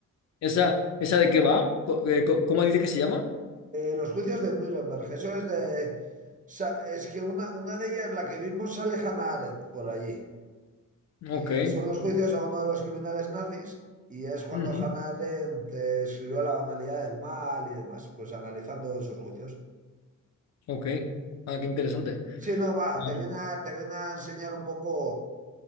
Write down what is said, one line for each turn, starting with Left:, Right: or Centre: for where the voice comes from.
Left: ¿Esa, esa de qué va? Co- eh, co- ¿Cómo dices que se llama?
Right: Eh, los juicios de Nuremberg, eso es de... sa- Es que una, una de ellas, la que vimos, sale Hannah Arendt por allí.
Left: Ok.
Right: Y son los
Left: mm,
Right: juicios a uno de los criminales nazis y es cuando
Left: ujú,
Right: Hannah Arendt eh, escribió La banalidad del mal y demás, pues analizando esos juicios.
Left: Ok. Ah, qué interesante.
Right: Sí, no, va,
Left: Ah,
Right: te viene a, te viene a enseñar un poco...